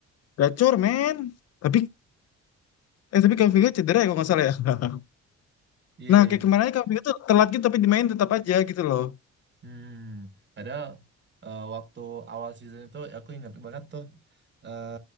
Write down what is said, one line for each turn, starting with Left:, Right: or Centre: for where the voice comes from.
Left: gacor men tapi eh tapi Kamavinga cedera ya kalau nggak salah ya <laughs>
Right: Iya. iya,
Left: Nah, kayak
Right: iya.
Left: kemarin aja kamu itu telat gitu tapi dimain tetap aja gitu loh.
Right: Hmm. Padahal eh, waktu awal season itu aku ingat banget tuh eh,